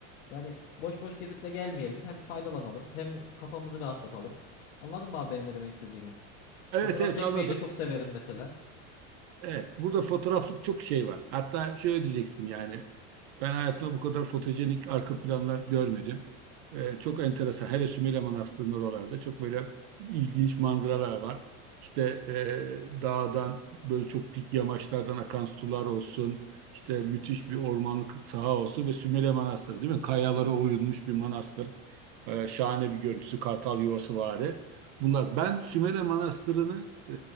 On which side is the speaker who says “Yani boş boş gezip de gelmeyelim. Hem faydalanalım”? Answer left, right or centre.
Left